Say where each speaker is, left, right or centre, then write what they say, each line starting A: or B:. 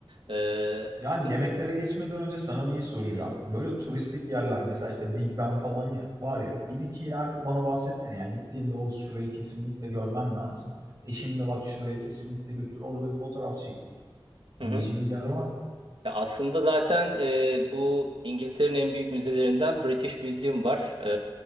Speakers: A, on the right; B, on the right.
A: Ee,
B: Yani
A: sen-
B: yemeklere geçmeden önce sana neyi soracağım? Böyle turistik yerler, mesela işte Big Ben falan ya, var ya bir iki yer bana bahsetsene ya. Gittiğinde o şurayı kesinlikle görmen lazım. Eşini de bak şuraya kesinlikle götür, orada bir fotoğraf çekin
A: Hı
B: diyeceğin
A: hı.
B: bir yer var mı?
A: Ya aslında zaten e, bu İngiltere'nin en büyük müzelerinden British Museum var. E,